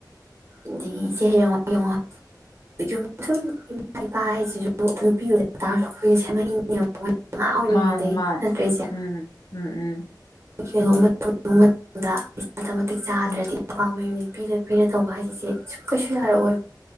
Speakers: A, on the right; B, on the left.
A: ꯑꯗꯥꯒꯤ ꯏꯆꯦ ꯍꯥꯌꯦꯡꯋꯥꯏ ꯁꯨꯝ ꯏꯃꯥ ꯏꯄꯥ ꯍꯥꯏꯁꯤꯁꯨ ꯅꯨꯄꯤ ꯑꯣꯏꯖꯇ꯭ꯔꯥꯁꯨ ꯑꯩꯈꯣꯏꯁꯦ ꯁꯦꯝꯃꯛꯏꯅꯦꯕ ꯑꯉꯥꯡ ꯑꯣꯏꯔꯤꯉꯩꯗꯒꯤ
B: ꯃꯥꯅꯤ ꯃꯥꯅꯤ
A: ꯅꯠꯇ꯭ꯔ ꯏꯆꯦ
B: ꯎꯝ ꯎꯝ ꯎꯝ
A: ꯀꯩꯅꯣꯝꯃ ꯇꯧꯕ ꯃꯇꯝꯗ ꯏꯁꯥ ꯃꯥꯇꯤꯛ ꯆꯥꯗ꯭ꯔꯥꯗꯤ
B: ꯎꯝ
A: ꯅꯨꯄꯥ ꯃꯥꯌꯨꯝ ꯄꯤꯔꯥ ꯄꯤꯔꯥ ꯇꯧꯕ ꯍꯥꯏꯖꯦ ꯀꯩꯁꯨ ꯌꯥꯈꯛꯑꯣꯏ